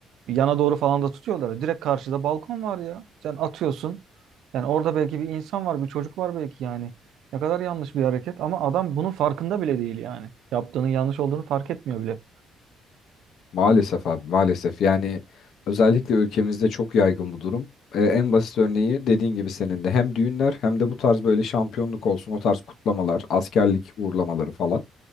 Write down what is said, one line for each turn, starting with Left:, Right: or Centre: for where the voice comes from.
Right: yana doğru falan da tutuyorlar. Direkt karşıda balkon var ya. Sen atıyorsun. Yani orada belki bir insan var, bir çocuk var belki yani. Ne kadar yanlış bir hareket ama adam bunun farkında bile değil yani. Yaptığının yanlış olduğunu fark etmiyor bile.
Left: Maalesef abi maalesef yani özellikle ülkemizde çok yaygın bu durum. Ee, en basit örneği dediğin gibi senin de hem düğünler hem de bu tarz böyle şampiyonluk olsun o tarz kutlamalar, askerlik uğurlamaları falan.